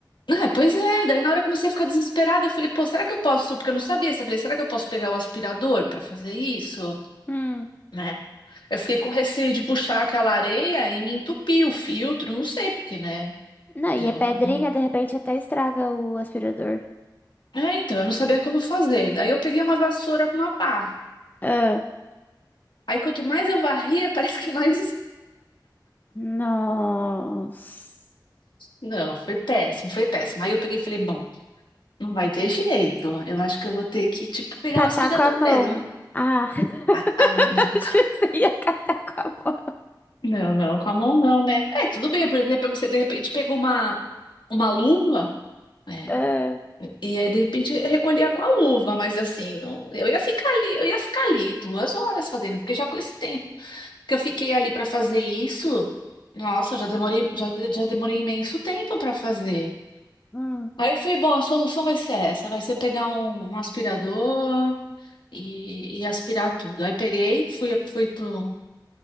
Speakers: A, on the left; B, on the left.
A: Ah, pois é, daí na hora eu comecei a ficar desesperada. Eu falei, pô, será que eu posso? Porque eu não sabia. Eu falei, será que eu posso pegar o aspirador para fazer isso?
B: Hum.
A: Né? Eu fiquei com receio de puxar aquela areia e me entupir o filtro, não sei porque, né?
B: Não, e
A: Eu
B: a pedrinha
A: não...
B: de repente até estraga o aspirador.
A: É, então, eu não sabia como fazer. Daí eu peguei uma vassoura com uma pá.
B: Ah.
A: Aí quanto mais eu varria, <laughs> parece que mais
B: Nossa.
A: Não, foi péssimo, foi péssimo. Aí eu peguei e falei, bom, não vai ter jeito. Eu acho que eu vou ter que, tipo, pegar
B: Catar
A: um aspirador
B: com a mão.
A: mesmo.
B: Ah, <laughs>
A: Ah, ah, não,
B: achei
A: tá.
B: que você ia catar com a mão.
A: não, não, com a mão não, né? É, tudo bem, por exemplo, você de repente pegou uma, uma luva, né?
B: Ah,
A: E aí, de repente, recolhia com a luva, mas assim, não, eu ia ficar ali, eu ia ficar ali duas horas fazendo, porque já com esse tempo que eu fiquei ali para fazer isso, nossa, já demorei, já, já demorei imenso tempo para fazer.
B: ah.
A: Aí eu falei, bom, a solução vai ser essa, vai ser pegar um, um aspirador e, e aspirar tudo. Aí peguei, fui, fui pro,